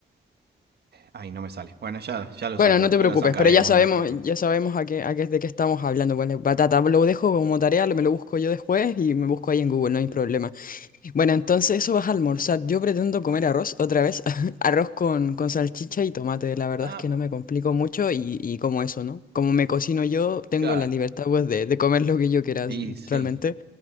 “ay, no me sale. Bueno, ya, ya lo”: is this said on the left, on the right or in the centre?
Right